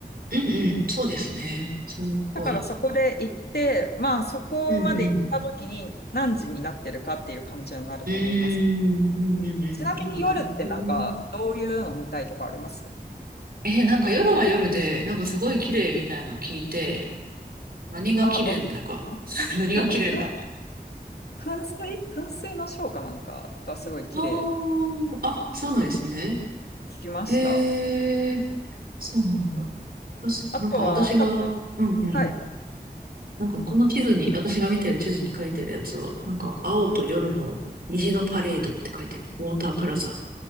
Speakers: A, on the right; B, on the left.
A: うんうん、そうですね。そうっぽい。
B: だからそこで行って、まあそこまで行った時に何時になってるかっていう感じになると思います。
A: うんうん。うーん、うんうんうん。
B: ちなみに夜ってなんかどういうの見たいとかあります
A: なんかうんえーなんか夜は夜で、なんかすごい綺麗みたいなの聞いて、何が綺麗んだか。
B: あ、私、
A: <laughs> 何が綺麗んだ。
B: なんかふん噴水噴水のショーかなんかがすごい綺麗
A: ああ、あ、そうなんですね。
B: 聞きました。
A: へえそうなんだ。私、
B: あとは多分、
A: なんか私が、うんうん。
B: はい。
A: なんかこの地図に、私が見てる地図に書いてるやつは、なんか青と夜の虹のパレードって書いてる。ウォータープラザ。